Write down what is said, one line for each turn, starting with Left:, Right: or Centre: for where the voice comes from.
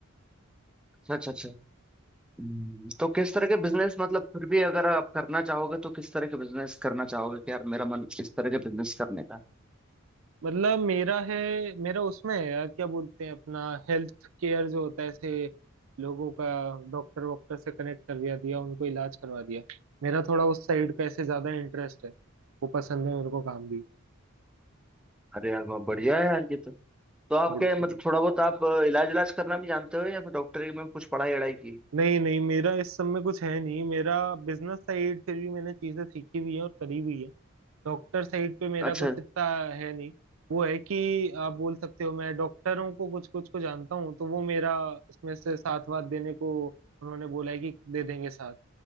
Centre: अच्छा अच्छा अच्छा हम्म, तो किस तरह के बिजनेस मतलब फिर भी अगर आप करना चाहोगे तो किस तरह के बिजनेस करना चाहोगे कि यार मेरा मन इस तरह के बिजनेस करने का
Right: मतलब मेरा है मेरा उसमें है यार क्या बोलते हैं अपना हेल्थ केयर जो होता है ऐसे लोगों का डॉक्टर वॉक्टर से कनेक्ट कर दिया दिया उनको इलाज करवा दिया मेरा थोड़ा उस साइड का ऐसे ज्यादा इंटरेस्ट है वो पसंद है मेरे को काम भी
Centre: अरे यार वाह, बढ़िया है यार ये तो तो आप
Right: बिल्कुल
Centre: क्या मतलब थोड़ा बहुत आप अ, इलाज इलाज करना भी जानते हो या फिर डॉक्टरी में कुछ पढ़ाई अड़ाई की
Right: नहीं नहीं मेरा इस सब में कुछ है नहीं मेरा बिजनेस साइड फिर भी मैंने चीजें सीखी भी है और करी भी है डॉक्टर साइड पे मेरा
Centre: अच्छा
Right: कुछ इतना है नहीं वो है कि आप बोल सकते हो मैं डॉक्टरों को कुछ कुछ को जानता हूँ तो वो मेरा इसमें से साथ वाथ देने को उन्होंने बोला है कि दे देंगे साथ